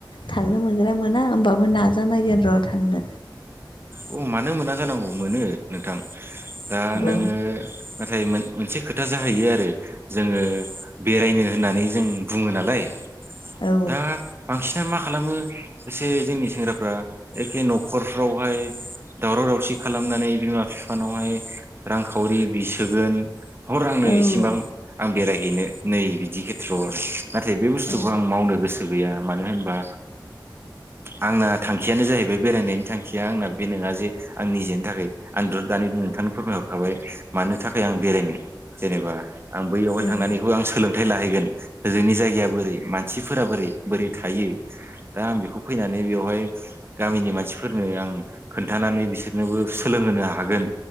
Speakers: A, on the left (about 90°); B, on the right (about 30°).
A: थांनो मोनगोना मोना होमबाबो नाजानायगोन र' थांनो
B: औ मानो मोना जानांगौ मोनो नोंथां दा
A: औ
B: नोङो नाथाय मोन - मोनसे खोथा जाहैयो आरो जोङो बेरायनो होननानै जों बुङो नालाय
A: औ
B: दा बांसिनानो‌ मा खालामो एसे जोंनि सेंग्राफ्रा एखे नख'रफ्रावहाय दावराव दावसि खालामनानै बिमा फिफानावहाय रांखावरि बिसोगोन हर आंनो
A: औ
B: इसेबां आं बेरायहैनो नै बिदि खेथ्र'आव आरो नाथाय बे बुस्थुखौ
A: औ
B: आं मावनो ओ गोसो गैया मानो होनबा आंना थांखियानो जाहैबाय बेरायनायनि थांखिया आंना बे नोङा जे आं निजेनि थाखाय आं द' दानिबो नोंथांनो फोरमायहरखाबाय मानो थाखाय आं बेरायनो जेनेबा आं बैयावहाय
A: नोंथांनि
B: थांनानैखौ आं सोलोंथाइ लाहैगोन होजोंनि जायगाया बोरै मानसि फोरा बोरै-बोरै थायो दा आं बेखौ फैनानै बेवहाय गामिनि मानसिफोरनो आं खोन्थानानै बिसोरनोबो सोलोंहोनो हागोन